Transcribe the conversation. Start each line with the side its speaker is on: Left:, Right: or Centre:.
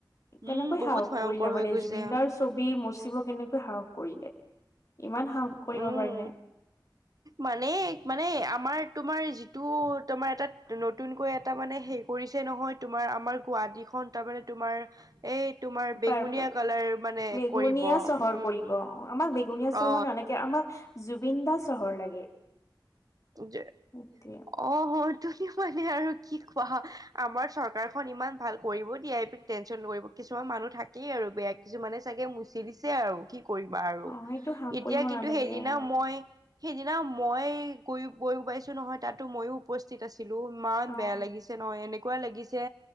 Left: কেনেকৈ
Right: উম বহুত
Left: সাহস
Right: ভয়ংকৰ
Left: কৰিলে
Right: হৈ
Left: মানে,
Right: গৈছে
Left: জুবিনদাৰ ছবি মোচিব কেনেকৈ সাহস কৰিলে? ইমান সাহস কৰিব
Right: উম
Left: পাৰে নে
Right: মানে, মানে আমাৰ। তোমাৰ যিটো তোমাৰ এটা নতুনকৈ এটা মানে হে কৰিছে নহয়, তোমাৰ আমাৰ গুৱাহাটীখন তাৰমানে তোমাৰ এই তোমাৰ বেঙুনীয়া
Left: পাৰ,
Right: কালাৰ মানে
Left: বেগুনীয়া
Right: কৰিব
Left: চহৰ
Right: উম
Left: কৰিব অ আমাক বেগুনীয়া
Right: অ
Left: চহৰ নালাগে আমাক জুবিন দা চহৰ লাগে।
Right: যে,
Left: সেইটোৱে।
Right: অ হৈত তু মানে আৰু কি কোৱা, আমাৰ চৰকাৰখন ইমান ভাল কৰিব দিয়াই এ পি টেনচন কৰিব কিছুমান মানুহ থাকেই আৰু বেয়া কিছুমানে চাগে মুচি দিছে আৰু কি কৰিবা আৰু
Left: অ সেইটো হ্ৰাস
Right: এতিয়া
Left: কৰিব
Right: কিন্তু
Left: নালাগে
Right: সেইদিনা
Left: আৰু
Right: মই সেইদিনা মই কৈ কৰি পাইছো নহয়, তাতো মইয়ো উপস্থ- স্থিত আছি- ছিলো ইমান
Left: অ
Right: বেয়া লাগিছে নহয় এনেকুৱা লাগিছে